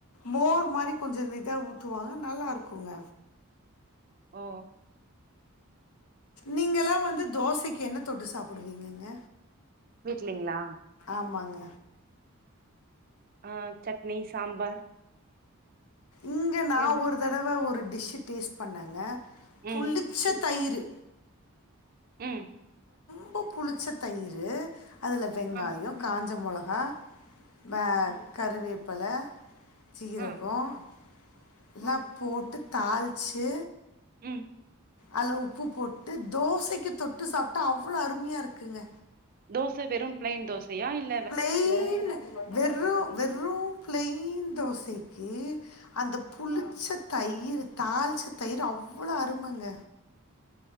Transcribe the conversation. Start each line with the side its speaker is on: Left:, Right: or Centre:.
Left: மோர் மாரி <unintelligible> கொஞ்ச இதா ஊத்துவாங்க நல்லா இருக்குங்க
Right: ஓ
Left: நீங்கெல்லா வந்து தோசைக்கு என்ன தொட்டு சாப்பிடுவீங்கங்க
Right: வீட்லிங்ளா
Left: ஆமாங்க
Right: ஆ சட்னி சாம்பார்
Left: இங்க நா
Right: ஏது
Left: ஒரு தடவ ஒரு டிஸ்ஸு டேஸ்ட் பண்ணேங்க
Right: ம்
Left: புளிச்ச தயிரு
Right: ம்
Left: ரொம்ப புளிச்ச தயிரு அதுல வெங்காயோ
Right: ஆ
Left: காஞ்ச மொளகா ஆ பேக் கருவேப்பல சீரகோ
Right: ஆ
Left: <unintelligible> போட்டு தாளிச்சு
Right: ம்
Left: அதுல உப்பு போட்டு தோசைக்கு தொட்டு சாப்டா அவ்ளோ அருமையா இருக்குங்க
Right: தோச வெறு பிளைன் தோசையா இல்
Left: பிளைன் வெறு வெறு பிளைன் தோசைக்கு அந்த புளிச்ச தயிர் த தாளிச்ச தயிர் அவ்ளோ அருமங்க